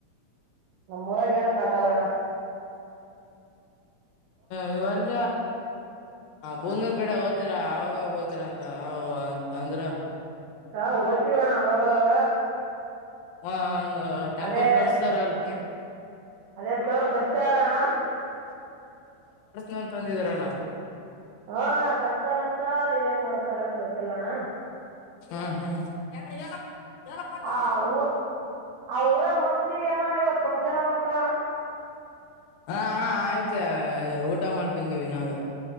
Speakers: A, on the right; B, on the left.
A: ನಮ್ಮೂರಗೇಏನ ಕಾಟಲ್ಲಣ್ಣ
B: ಈ ವರ್ಷ ಬೂಂದೂರ್ ಕಡೆ ಹ ತೀರ ಅವಾಗ ಓತೀರ ಅಂತ ಅಂತ ಅಂದ್ರ
A: ಆ ಹೋಗ್ತಿಬ ಅವಾಗವಾಗ
B: ಹಾ ಟೆಂಪೆಲ್
A: ಅದೇ
B: ಕೊಡ್ಸ್ತಾರ್ ಅಲ್ಲ
A: ಅದೇ ಸರ್ ಪರಿಚಯಾರ ಅಣ್ಣ
B: ನನ್ ತಂದಿದರಲ್ಲ
A: ಹಾ ಅಣ್ಣ ಕಟ್ತಾರಂತ ಏನ್ ಮಾಡ್ತಾರ ಏನ ಗೊತ್ತ ಚಲ್ಲೋಣ
B: ಹ ಹ ಯ ಎಲ ಎಳ ಪತ
A: ಆ
B: ಮಾಡ
A: ಊರ್ ಆ ಊರಾಗ ಮಸ್ತಿ ಏನ ಇವತ್ತು ಫಂಕ್ಷನ್ ನಂತರಣ್ಣ
B: ಹಾ ಆಣಾ ಆಯತ ಊಟಮ್ಮಲ್ ಪ್ರಜಿ ವಿನಾಗ